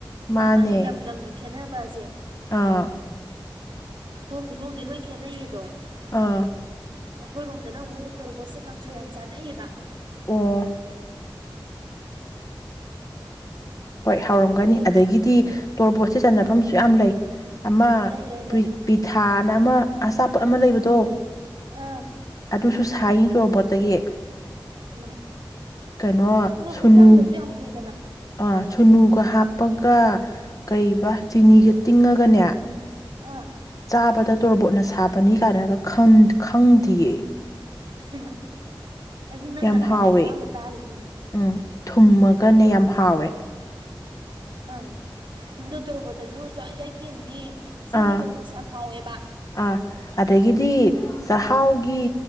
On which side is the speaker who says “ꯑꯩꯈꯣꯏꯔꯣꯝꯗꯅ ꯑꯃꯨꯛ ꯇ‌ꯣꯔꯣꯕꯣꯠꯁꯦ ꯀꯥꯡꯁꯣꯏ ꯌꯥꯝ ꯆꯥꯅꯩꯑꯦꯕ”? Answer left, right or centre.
Right